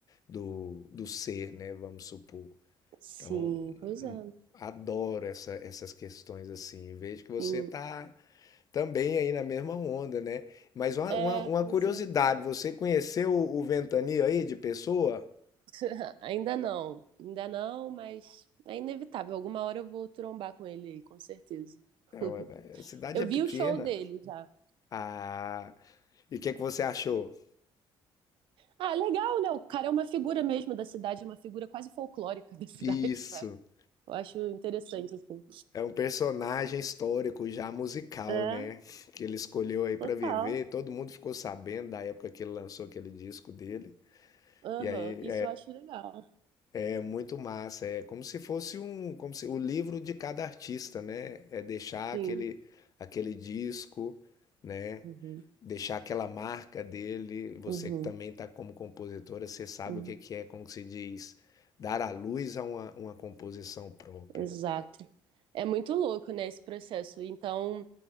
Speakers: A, on the left (about 40°); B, on the right (about 70°).
A: do, do ser, né? Vamos supor.
B: Sim,
A: Então,
B: pois é.
A: adoro essa, essas questões assim. Vejo que você
B: Sim,
A: está também aí na mesma onda, né? Mas uma,
B: É,
A: uma, uma
B: pois
A: curiosidade,
B: é.
A: você conheceu o, o Ventania aí de pessoa?
B: <laughs> Ainda não, ainda não, mas é inevitável. Alguma hora eu vou trombar com ele aí, com certeza. <laughs>
A: É, ué, A cidade
B: Eu
A: é pequena.
B: vi o show dele já.
A: Ah, e o que é que você achou?
B: Ah, legal, né? O cara é uma figura mesmo da cidade, é uma figura quase folclórica <laughs> da cidade,
A: Isso.
B: sabe? Eu acho interessante, assim.
A: É um personagem histórico já musical,
B: É,
A: né? Que ele escolheu aí para
B: total.
A: viver. Todo mundo ficou sabendo da época que ele lançou aquele disco dele.
B: Aham,
A: E aí
B: isso eu acho legal.
A: É muito massa, é como se fosse um, como se o livro de cada artista, né? É deixar
B: Sim.
A: aquele aquele disco, né?
B: Uhum,
A: Deixar aquela marca dele. Você
B: uhum,
A: que também está como compositora, você sabe
B: uhum.
A: o que que é, como que se diz, dar à luz a uma, uma composição própria.
B: Exato. É muito louco, né, esse processo. Então,